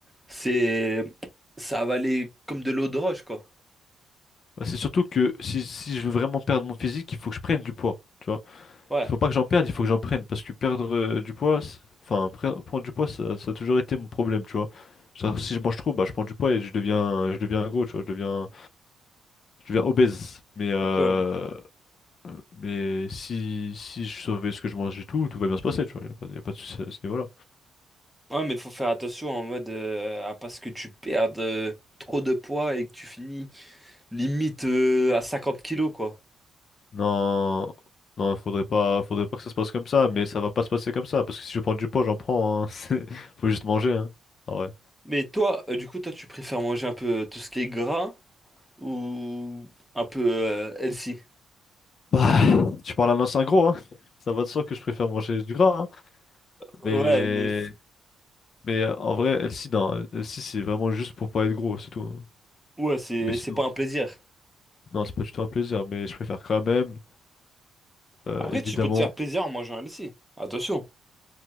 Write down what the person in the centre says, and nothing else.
c'est ça va aller comme de l'eau de roche quoi.
Ouais.
Ok, ouais.
Ouais, mais faut faire attention en mode euh, à pas ce que tu perdes euh, trop de poids et que tu finis limite euh, à 50 kilos quoi.
Mais toi, euh, du coup toi tu préfères manger un peu euh, tout ce qui est gras ou un peu euh, healthy?
Ouais,
mais
Ouais, c'est
c'est pas un plaisir.
Après,
tu peux te faire plaisir en mangeant un aussi. Attention.